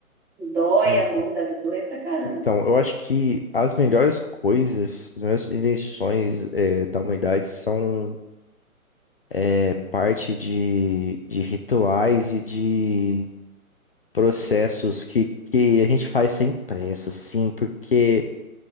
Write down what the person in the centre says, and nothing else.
Dói
a mão, deve doer pra caramba.